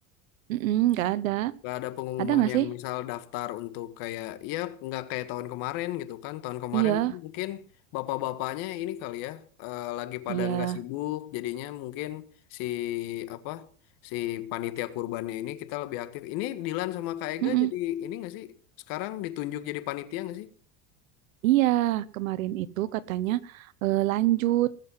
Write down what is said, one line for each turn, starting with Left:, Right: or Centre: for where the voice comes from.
Right: mm nggak ada.
Left: nggak ada pengumuman
Right: Ada nggak
Left: yang
Right: sih?
Left: misal daftar untuk kayak ya nggak kayak tahun kemarin gitu kan tahun kemarin
Right: Iya,
Left: kan mungkin bapak-bapaknya ini kali ya eh, lagi pada
Right: iya.
Left: nggak sibuk jadinya mungkin si apa si panitia kurbannya ini kita lebih aktif ini Dilan sama Kak Ega
Right: Mm-mm.
Left: jadi ini nggak sih sekarang ditunjuk jadi panitia nggak sih
Right: Iya, kemarin itu katanya eh, lanjut